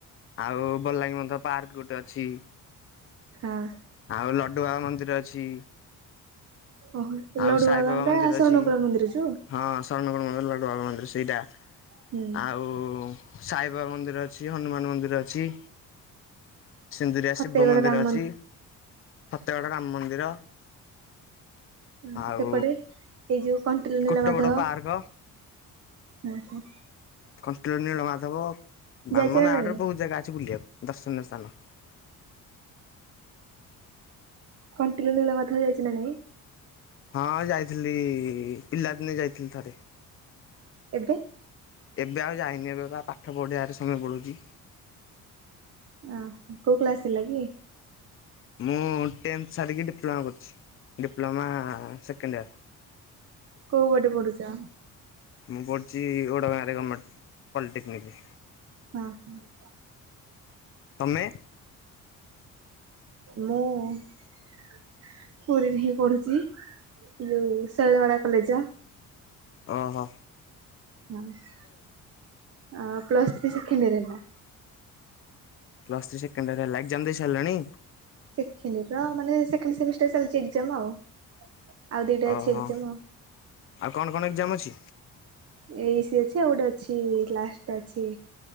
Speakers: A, on the left (about 40°); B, on the right (about 45°).
A: ଆଉ ବଲାଙ୍ଗୀ ବନ୍ଧ ପାର୍କ ଗୋଟେ ଅଛି।
B: ହଁ।
A: ଆଉ ଲଡୁ ବାବା ମନ୍ଦିର ଅଛି।
B: ଓହୋ
A: ଆଉ
B: ଲଡୁବାବାଙ୍କ
A: ସାଇବାବା
B: ଟା
A: ମନ୍ଦିର
B: ଶରଣ
A: ଅଛି।
B: କୂଳ ମନ୍ଦିର ଯଉ?
A: ହଁ ସରଣକୂଳ ମନ୍ଦିର ଲଡୁବାବା ମନ୍ଦିର ସେଇଟା।
B: ହୁଁ।
A: ଆଉ ସାଇବାବା ମନ୍ଦିର ଅଛି ହନୁମାନ ମନ୍ଦିର ଅଛି। ସିନ୍ଦୁରିଆ
B: ଫତେଗଡ
A: ଶିବ ମନ୍ଦିର
B: ରାମ
A: ଅଛି। ଫତେଗଡ଼ ରାମ ମନ୍ଦିର।
B: ହ
A: ଆଉ
B: ସେପଟେ ଏଇ ଯୋଉ କଣ୍ଟିଲ ନୀଳମାଧବ
A: କୋଟଗଡ଼ ପାର୍କ
B: ହୁଁ ହୁଁ।
A: କଣ୍ଟିଲୋ ନୀଳମାଧବ
B: ଯାଇଛ
A: ଆମ
B: ନା
A: ନୟାଗଡରେ
B: ନାଇଁ
A: ବହୁତ ଜାଗା ଅଛି ବୁଲିବାକୁ ଦର୍ଶନୀୟ ସ୍ଥାନ।
B: କଣ୍ଟିଲୋ ନୀଳମାଧବ ଯାଇଛନା ନାଇଁ?
A: ହଁ ଯାଇଥିଲି ପିଲାଦିନେ ଯାଇଥିଲି ଥରେ।
B: ଏବେ?
A: ଏବେ ଆଉ ଯାଇନି ଏବେ ବା ପାଠ ପଢ଼ିବାରେ ସମୟ ପଳଉଛି।
B: ଅ ହ କୋଉ କ୍ଲାସ ହେଲା କିି?
A: ମୁଁ ଟେନ୍ଥ ସାରିକି ଡିପ୍ଲୋମା କରୁଛି। Diploma second year.
B: କୋଉ ପଟେ ପଢୁଛ?
A: ମୁଁ ପଢ଼ୁଛି ଓଡ଼ ଗାଁରେ ଗଭର୍ଣମେଣ୍ଟ ପଲିଟେକ୍ନିକରେ।
B: ହଁ ହଁ।
A: ତମେ?
B: ମୁଁ ପୁରୀରେ ହିଁ ପଢୁଛି। ଯଉଁ ଶୈଳବାଳା କଲେଜ ଯାଅ?
A: ଓ ହୋ।
B: ହଁ। ପ୍ଲସ୍ ଥ୍ରୀ ସେକେଣ୍ଡ ୟର ହେଲା?
A: ପ୍ଲସ୍ ଥ୍ରି ସେକେଣ୍ଡ ଇୟର ହେଲା। ଏକ୍ସାମ ଦେଇସାରିଲଣି?
B: ସେକେଣ୍ଡ ଇୟର ମାନେ ସେକେଣ୍ଡ ସେମିଷ୍ଟାର ଚାଲିଚି ଏକ୍ସାମ୍ ଆଉ। ଆଉ ଦିଟା
A: ଓହୋ
B: ଅଛି ଏକ୍ସାମ ଆଉ।
A: କଣ କଣ ଏକ୍ଜାମ ଅଛି?
B: ଏଇସି ଅଛି ଆଉ ଗୋଟେ ଅଛି ଲାଷ୍ଟ ଅଛି